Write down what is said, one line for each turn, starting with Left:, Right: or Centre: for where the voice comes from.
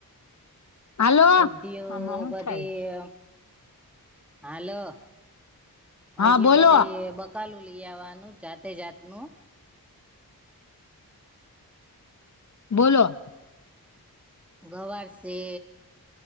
Left: હાલો
Centre: ઉદ્યો્યોગતી.
Left: આમાં હું થાય
Centre: હાલોંધ
Left: હા બોલો
Centre: બધી. કકાલું લઈ આવવાનું જાતે જાતનું.
Left: બોલો.
Centre: ગોબર છે.